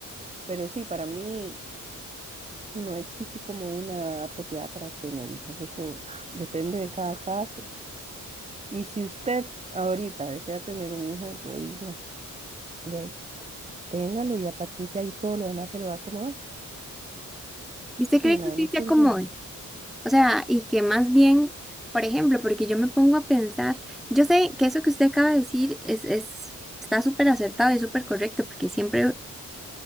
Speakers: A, on the right; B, in the centre.
A: pero sí, para mí no existe como una propiedad para tener hijos. Eso depende de cada caso. Y si usted ahorita desea tener un hijo, yo digo, de ahí, téngalo y a partir de ahí todo lo demás se le va a acomodar.
B: ¿Y ¿Usted
A: ¿Qué opina
B: cree que usted
A: de mi consejo?
B: se acomode? O sea, y que más bien, por ejemplo, porque yo me pongo a pensar, yo sé que eso que usted acaba de decir es, es, está súper acertado y súper correcto, porque siempre,